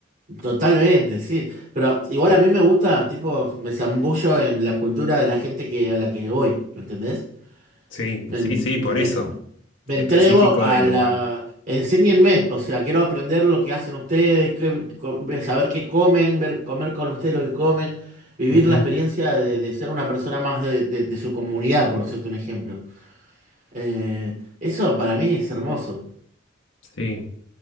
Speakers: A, on the right; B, on the left.
A: Totalmente, sí. Pero igual a mí me gusta, tipo, me zambullo en la cultura de la gente que, a la que voy, ¿entendés?
B: Sí,
A: Me,
B: sí, sí,
A: me-
B: por eso.
A: me
B: Específico
A: entrego a
B: del
A: la...
B: lugar.
A: Enséñenme, o sea, quiero aprender lo que hacen ustedes, qué- co- saber qué comen, ver, comer con ustedes lo que comen, vivir
B: Ujú,
A: la experiencia de, de ser una persona más de, de- de su comunidad, por decirte un ejemplo. Eh, eso para mí es hermoso.
B: Sí,